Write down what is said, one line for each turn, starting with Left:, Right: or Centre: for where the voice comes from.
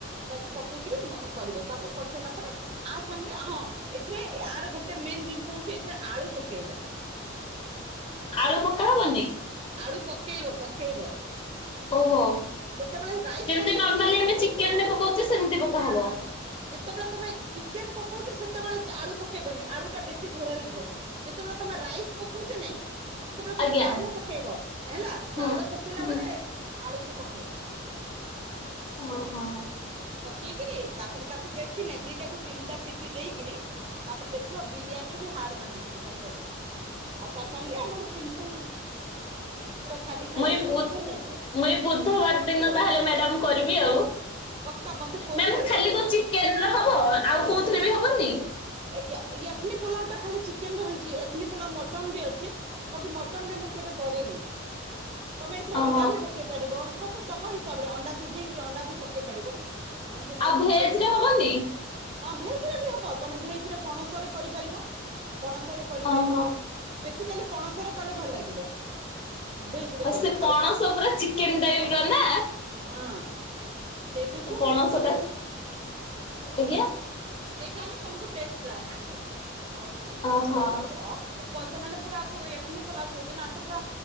Right: ତାକୁ ପକେଇକିରି କରିବ ତାପରେ କରିସାରିଲା ପରେ ଆ ସାଙ୍ଗରେ ହଁ ଏଥିରେ ଆର ଗୋଟେ ମେନ୍ ଜିନିଷ ହଉଛି ଏଥିରେ ଆଳୁ ପକେଇବ
Left: ଆଳୁ ପକା ହବନି?
Right: ଆଳୁ ପକେଇବ ପକେଇବ
Left: ଓହୋ
Right: ଯେତେବେଳେ ରାଇସ୍
Left: ଯେମନ୍ତି
Right: ପକେଇବ
Left: ନର୍ମାଲି
Right: ସେ
Left: ଚିକେନ ପକଉଛେ ସେମତି ପକାହବ
Right: ହଁ ହଁ ହଁ ଯେତେବେଳେ ତମେ ଚିକେନ ପକଉଛ ସେତେବେଳେ ଆଳୁ ପକେଇବନି ଆଳୁ ଟା ବେଶୀ ଘୋଳ ହେଇଯିବ ଯେତେବେଳେ ତମେ ରାଇସ ପକଉଛ ନାଇଁ ଯେତେବେଳେ ତମେ
Left: ଆଜ୍ଞା
Right: ଚାଉଳ ପକେଇବ ହେଲା
Left: ହୁଁ
Right: ଚାଉଳ ପକେଇଲା
Left: ହୁଁ
Right: ବେଳେ ଆଳୁ କୁ ପକେଇବ
Left: ଓହୋ
Right: ପକେଇକିରି ତାପରେ ତାକୁ ବେଶୀ ନା ଦିଟା କ ତିନିଟା ଦେଇକିରି ତାପରେ ଦେଖିବ ବିରିୟାନୀ ବି ହାର୍ଡ଼ ମାନିଯିବ ତାଟରେ ଆଉ ତା ସାଙ୍ଗରେେ ଆମର ସିମ୍ପଲ ପୁରା ଖାଲି ଖାଇଦବ
Left: ମୁଇଁ ଏଇ ବୁ
Right: ଭଲ ଲାଗିବ
Left: ମୁଇଁ ବୁଧବାର ଦିନ ତାହେଲେ ମ୍ୟାଡ଼ାମ କରିବି ଆଉ
Right: ପକ୍କା ମତେ ଫୋନ
Left: ମ୍ୟାମ
Right: କରିବ
Left: ଖାଲି କ ଚିକେନ ହବ ଆଉ କୋଉ <unintelligible> ହବନି।
Right: ଆଜ୍ଞା ଆଜ୍ଞା ଏକ୍ନି ପୋଲାଓ ଟା ଖାଲି ଚିକେନ ରହିଛି ଏକ୍ନି ପୋଲାଓ ମଟନ ବି ଅଛି ବାକି ମଟନ ରେ ମୁଁ କେବେ କରିନି ତମେ ଏଥିରେ
Left: ଓହୋ।
Right: ଅଣ୍ଡା ବି ପକେଇ ପାରିବ ତମ ହିସାବରେ ଅଣ୍ଡା ସିଝେଇକିରି ଅଣ୍ଡା ବି ପକେଇ ପାରିବ। ଏମିତି ନାଇଁ
Left: ଆଉ
Right: କି
Left: ଭେଜ
Right: ପକେଇ ପାରିବ
Left: ରେ ହବନି?
Right: ହଁ ଭେଜରେ ବି ହବ। ତମେ ଭେଜ ପଣସରେ କରିପାରିବ ପଣସରେ କରିପାରିବ
Left: ଓହୋ।
Right: <unintelligible> ପଣସର କଲେ ଭଲ ଲାଗିବ। ଭେଜ ରେ
Left: ଆଉ
Right: କଲେ
Left: ସେ ପଣସ ପୂରା ଚିକେନ ଟାଇପ ର ନା
Right: ହଁ ସେଇଠିକୁ
Left: ତ ପଣସ
Right: ତମକୁ
Left: ଟା ଆଜ୍ଞା
Right: ସେଇଟା ହିଁ ତମକୁ ଟେଷ୍ଟ ଲା ଆଣିବ ଆଉ
Left: ଓହୋ।
Right: <unintelligible> ପ ସେମାନେେ ପୁରା କୁ ଏକ୍ନି ପୋଲାଉ କହୁଛ ନାଠୁ ପୁରା